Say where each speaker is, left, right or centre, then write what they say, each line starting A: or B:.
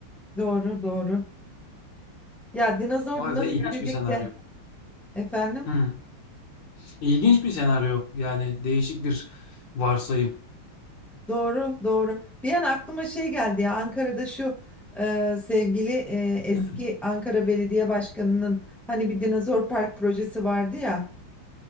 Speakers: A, in the centre; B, on the left.
A: Doğru doğru. Ya dinozor
B: Vay
A: dinozor
B: be Ya ilginç
A: dedik
B: bir senaryo.
A: de efendim.
B: Hı. İlginç bir senaryo. Yani değişik bir varsayım.
A: Doğru, doğru. Bir an aklıma şey geldi ya Ankara'da şu e, sevgili e, eski
B: <laughs>
A: Ankara Belediye Başkanı'nın hani bir dinozor park projesi vardı ya.